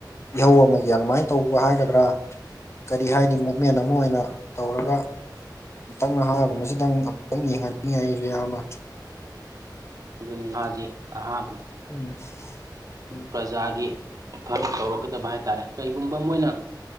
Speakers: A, on the left; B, on the right.
A: ꯏꯍꯧ ꯑꯃꯒꯤ ꯑꯗꯨꯃꯥꯏꯅ ꯇꯧꯕ ꯍꯥꯏꯒꯗ꯭ꯔꯥ ꯀꯔꯤ ꯍꯥꯏꯅꯤ ꯃꯨꯞꯃꯦꯟ ꯑꯃ ꯑꯣꯏꯅ ꯇꯧꯔꯒ ꯑꯨꯇꯪ ꯅꯍꯥꯒꯨꯝꯕꯁꯤꯗꯪ ꯑꯃꯝꯛꯇꯪ ꯌꯦꯡꯍꯟꯅꯤꯡꯉꯤ ꯑꯩꯁꯨ ꯏꯌꯥꯝꯕ
B: ꯅꯤꯖꯤ ꯍꯥ
A: ꯎꯝ ꯎꯝ
B: ꯄ꯭ꯔꯖꯥꯒꯤ ꯐꯕ ꯇꯧꯔꯛꯀꯗꯕ ꯍꯥꯏ ꯇꯥꯔꯦ ꯀꯩꯒꯨꯝꯕ ꯃꯣꯏꯅ